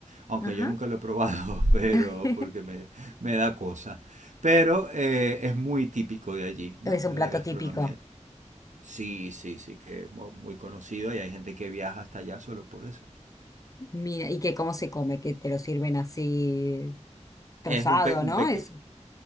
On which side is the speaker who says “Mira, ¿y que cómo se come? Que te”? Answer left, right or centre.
Left